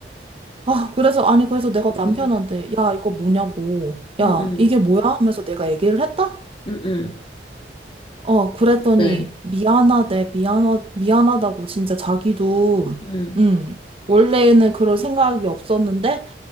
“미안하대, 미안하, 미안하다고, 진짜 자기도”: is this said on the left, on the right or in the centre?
Right